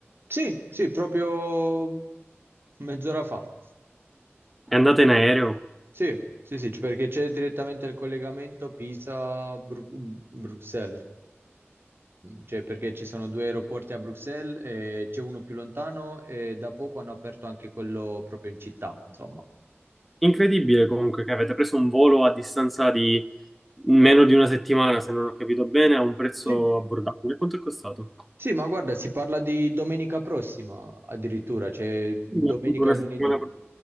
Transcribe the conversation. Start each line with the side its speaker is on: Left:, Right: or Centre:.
Right: Sì, sì, proprio mezz'ora fa.
Centre: E andate in aereo?
Right: Sì, sì, sì, c- perché c'è direttamente il collegamento Pisa-Bruxelles, cioè perché ci sono due aeroporti a Bruxelles, e c'è uno più lontano e da poco hanno aperto anche quello proprio in città, insomma.
Centre: Incredibile comunque che avete preso un volo a distanza di meno di una settimana, se non ho capito bene, a un prezzo
Right: Sì.
Centre: abbordabile. Quanto è costato?
Right: Sì, ma guarda, si parla di domenica prossima addirittura, cioè domenica
Centre: Una
Right: e lunedì.
Centre: settimana,